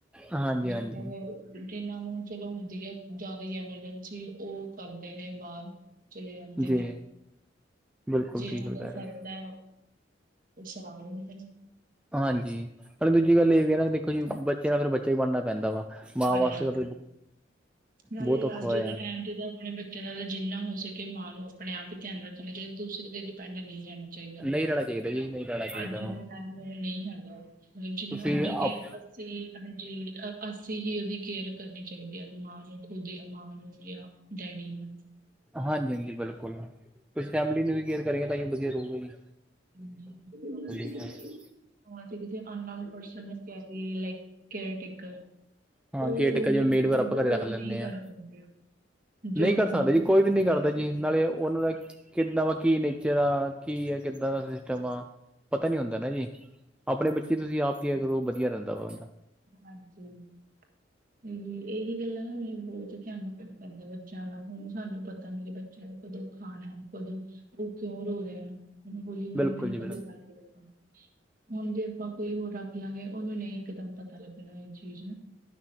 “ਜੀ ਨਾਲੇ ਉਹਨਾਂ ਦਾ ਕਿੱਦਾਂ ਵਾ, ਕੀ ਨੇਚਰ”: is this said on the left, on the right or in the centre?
Centre